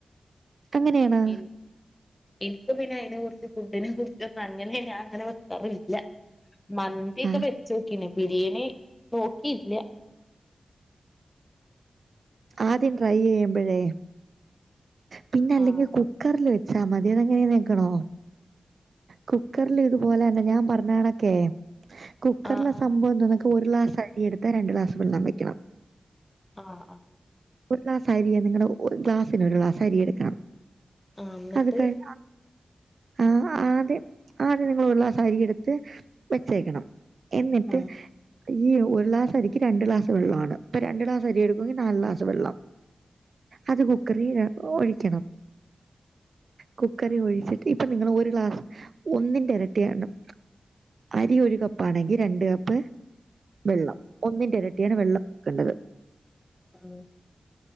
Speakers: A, on the right (about 70°); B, on the left (about 20°).
A: അങ്ങനെയാണോ
B: എനിക്ക് എനിക്കും പിന്നെ അയ്നെ കുർച്ച് ഫുഡിനെ കുർച്ചൊന്നും അങ്ങനെ ഞാൻ അങ്ങനെവെ ഇല്ല മന്തിയൊക്കെ
A: ആ
B: വെച്ചോക്കീന് ബിരിയാണി നോക്കിയില്ല്യ
A: ആദ്യം ട്രൈ ചെയ്യുമ്പഴേ പിന്നെ അല്ലെങ്കി
B: ആഹ്
A: കുക്കർല് വെച്ചാ മതി അത് എങ്ങനെയ ന്നെക്കണോ കുക്കർല് ഇതുപോലെന്നെ ഞാൻ പർഞ്ഞ കണക്കെ കുക്കർലെ
B: ആഹ്
A: സംഭവം എന്തന്നക്ക് ഒരു ഗ്ലാസ് അരിയടുത്താ രണ്ട് ഗ്ലാസ് വെള്ളം വെക്കണം
B: ആഹ ആഹ്
A: ഒരു ഗ്ലാസ് അരിയണെങ്കി നിങ്ങളുടെ ഗ്ലാസിന് ഒരു ഗ്ലാസ് അരിയ എടുക്കണം
B: ആഹ് എന്നിട്ട്
A: അത് കയ് ആ ആദ്യം ആദ്യം നിങ്ങള് ഒരു ക്ലാസ്സ്‌ അരി എടുത്ത് വെച്ചേക്കണം എന്നിട്ട്
B: ആഹ്
A: ഈ ഒരു ഗ്ലാസ് അരിക്ക് രണ്ട് ഗ്ലാസ് വെള്ളമാണ് ഇപ്പ രണ്ട് ഗ്ലാസ് അരി എടുക്കെങ്കിൽ നാല് ഗ്ലാസ് വെള്ളം അത് കുക്കറി ഒഴിക്കണം കുക്കറി ഒഴിച്ചിട്ട് ഇപ്പൊ നിങ്ങള് ഒരു ഗ്ലാസ് ഒന്നിന്റെ ഇരട്ടിയാണം അരി ഒരു കപ്പാണെങ്കി രണ്ട കപ്പ് വെള്ളം ഒന്നിന്റെ ഇരട്ടിയാണ് വെള്ളം എടുക്കേണ്ടത്
B: ഉം